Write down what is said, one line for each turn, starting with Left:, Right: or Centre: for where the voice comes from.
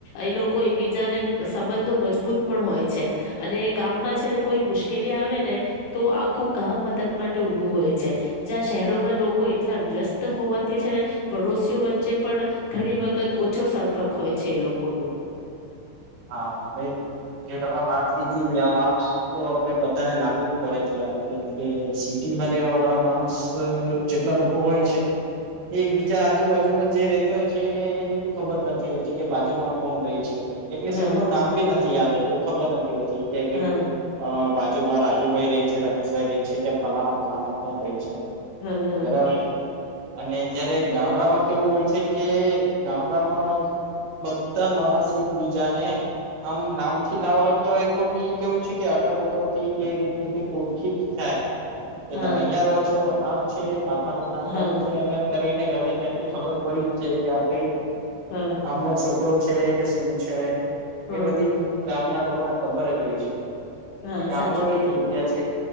Left: એ લોકો એકબીજાને સંબંધો મજબૂત પણ હોય છે, અને ગામમાં છે કોઈ મુશ્કેલી આવે ને, તો આખું ગામ મદદ માટે ઉભું હોય છે, જ્યાં શહેરોમાં લોકો એટલા વ્યસ્ત હોવાથી ને, પડોશી ઓ વચ્ચે પણ ઘણી વખત ઓછો સંપર્ક હોય છે લોકોનું.
Right: હા, એ તો વાત. આ વાત તો આપડે બધાને લાગુ જ પડે છે હવે, કેમ કે સિટીમાં રહેેવા વાળા માણસ જેટલા લોકો હોય છે, એકબીજા આજુબાજુમાં જે રહેતા હોય છે એને ખબર નથી હોતી કે, બાજુમાં કોણ રહી છે. એટલે
Left: હા
Right: એમનું નામ બી નથી યાદ હોતું ખબર નથી‌. કે ભાઈ
Left: હા,
Right: બાજુ રાજુભાઈ રહી છે, રમેશભાઈ રહી છે, કે પલાણા, પલાણા કોણ રહી છે.
Left: હમ, હમ.
Right: બરાબર અને જ્યારે ગામડામાં કેવું હોય છે કે, ગામડામાં બધા માણસ એકબીજાને આમ નામ થી ના ઓળખતા હોય તો બી કેવું છે કે અટકો ઉપથી એ રીત ઓળખી જાય કે
Left: હા,
Right: તમે અહિયાં રહો છો આમ છે બાપા નું નામ
Left: હા,
Right: આમ છે એમ એમ કરી ગમે ત્યાંથી ખબર પડી જ જ કે આ ભાઈ
Left: હા.
Right: આમનો છોકરો છે કે છે
Left: હમ,
Right: એ બધી
Left: હમ.
Right: ગામના લોકોને ખબર જ હોય
Left: હા,
Right: છે ગામડું
Left: સાચું કીધું,
Right: એ દગયા છે